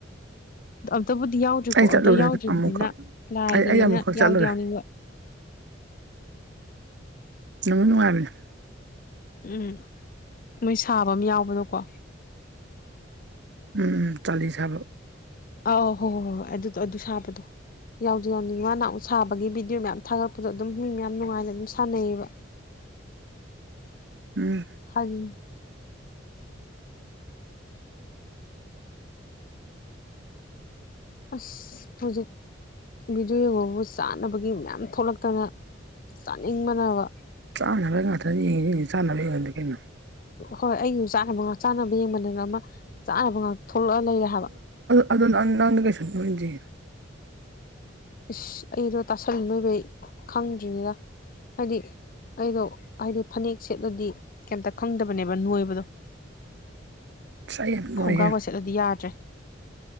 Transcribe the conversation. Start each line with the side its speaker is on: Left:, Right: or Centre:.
Left: ꯑꯗꯣ ꯑꯝꯇꯕꯨꯗꯤ ꯌꯥꯎꯗ꯭ꯔꯤꯀꯣ
Right: ꯑꯩ
Left: ꯑꯝꯇ
Right: ꯆꯠꯂꯨꯔꯦ
Left: ꯌꯥꯎꯗ꯭ꯔꯤꯕꯅꯤꯅ
Right: ꯑꯗꯨ ꯑꯃꯨꯛꯈꯛ
Left: ꯂꯥꯏꯒꯤꯅꯤꯅ
Right: ꯑꯩ ꯑꯩ ꯑꯃꯨꯛꯈꯛ
Left: ꯌꯥꯎꯗꯤ
Right: ꯆꯠꯂꯨꯔꯦ
Left: ꯌꯥꯎꯅꯤꯡꯕ
Right: ꯅꯨꯡꯗꯤ ꯅꯨꯡꯉꯥꯏꯕꯅꯤ
Left: ꯎꯝ ꯃꯣꯏ ꯁꯥꯕ ꯑꯃ ꯌꯥꯎꯕꯗꯨꯀꯣ
Right: ꯎꯝ ꯎꯝ ꯆꯂꯤꯁꯕ
Left: ꯑꯧ ꯍꯣꯏ ꯍꯣꯏ ꯍꯣꯏ ꯑꯗꯨꯗꯣ ꯑꯗꯨ ꯁꯥꯕꯗꯣ ꯌꯥꯎꯗꯤ ꯌꯥꯎꯅꯤꯡ ꯃꯥ ꯅꯍꯥꯟꯑꯃꯨꯛ ꯁꯥꯕꯒꯤ ꯚꯤꯗꯤꯑꯣ ꯚꯗꯤꯑꯣ ꯃꯌꯥꯝ ꯊꯥꯒꯠꯄꯗꯣ ꯑꯗꯨꯝ ꯃꯤ ꯃꯌꯥꯝ ꯅꯨꯡꯉꯥꯏꯅ ꯑꯗꯨꯝ ꯁꯥꯟꯅꯩꯌꯦꯕ
Right: ꯎꯝ
Left: ꯍꯖꯤ ꯑꯁ ꯍꯧꯖꯤꯛ ꯚꯤꯗꯤꯑꯣ ꯌꯦꯡꯉꯨꯕꯕꯨ ꯆꯥꯅꯕꯒꯤ ꯃꯌꯥꯝ ꯊꯣꯛꯂꯛꯇꯅ ꯆꯥꯅꯤꯡꯕꯅꯕ
Right: ꯆꯥꯅꯕ ꯉꯥꯛꯇ ꯌꯦꯡꯉ ꯌꯦꯡꯉꯁꯤ ꯆꯥꯅꯕ ꯌꯦꯡꯉꯟꯗꯦ ꯀꯩꯅꯣ
Left: ꯍꯣꯏ ꯑꯩꯁꯨ ꯆꯥꯅꯕ ꯉꯥꯛ ꯆꯥꯅꯕ ꯌꯦꯡꯃꯟꯗꯅ ꯑꯃ ꯆꯥꯅꯕ ꯉꯥꯛ ꯊꯣꯛꯂꯛꯑ ꯂꯩꯔꯦ ꯍꯥꯏꯕ
Right: ꯑ ꯅ ꯅ ꯀꯩꯁꯨ <unintelligible>
Left: ꯏꯁꯁ ꯑꯩꯗꯣ ꯇꯥꯁꯜꯂꯥ ꯅꯣꯏꯕꯩ ꯈꯪꯗ꯭ꯔꯤꯅꯤꯗ ꯍꯥꯏꯗꯤ ꯑꯩꯗꯣ ꯍꯥꯏꯗꯤ ꯐꯅꯦꯛ ꯁꯦꯠꯂꯗꯤ ꯀꯩꯑꯃꯇ ꯈꯪꯗꯕꯅꯦꯕ ꯅꯣꯏꯕꯗꯣ
Right: ꯑꯁ ꯑꯩ ꯌꯥꯝ ꯅꯣꯏꯍꯦ
Left: ꯈꯣꯡꯒ꯭ꯔꯥ ꯒꯥ ꯁꯦꯠꯂꯗꯤ ꯌꯥꯗ꯭ꯔꯦ